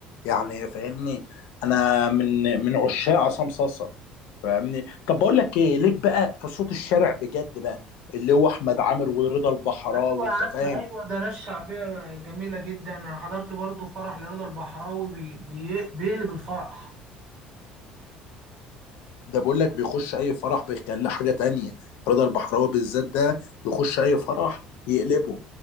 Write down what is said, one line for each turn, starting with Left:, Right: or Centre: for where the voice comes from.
Left: يعني فاهمني أنا من من عشاق عصام صاصة فاهمني طب بقول لك إيه ليك بقى في صوت الشارع بجد بقى اللي هو أحمد عامر ورضا البحراوي
Right: ايوه يا
Left: أنت
Right: عم
Left: فاهم
Right: ايوه ده ناس شعبيه جميله جدا انا حضرت برضو فرح لرضا البحراوي بي بي بيقلب الفرح
Left: ده بقول لك بيخش اي فرح بيخليه حاجه تانية رضا البحراوي بالذات ده يخش اي فرح يقلبه